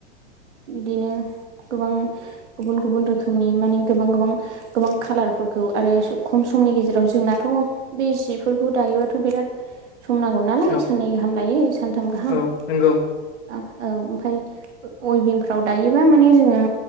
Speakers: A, on the right (about 80°); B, on the left (about 70°).
A: बिदिनो गोबां गुबुन गुबुन रोखोमनि माने गोबां गोबां गोबां खालारफोरखौ आरो खम समनि गेजेराव जोंनाथ' बे जिफोरखौ दायोबाथ' बिराद सम नांगौ नालाय
B: औ
A: साननै गाहाम लायो सानथाम गाहाम
B: औ नंगौ
A: औ ओमफफ्राय अइभिंफ्राव दायोबा माने जोङो